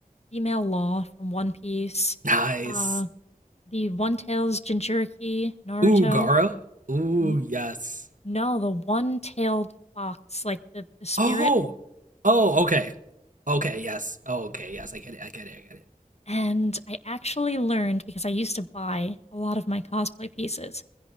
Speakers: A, on the left; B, on the right.
A: female Law from One Piece,
B: nice.
A: uh, the One Tails Jinchuriki, Naruto.
B: Ooh, Gara. Ooh,
A: N-
B: yes.
A: no, the one tailed fox, like the, the spirit
B: Oh. Oh, okay. Okay, yes. Oh, okay, yes. I get it. I get it. I get
A: And I actually learned because I used to buy a lot of my cosplay pieces.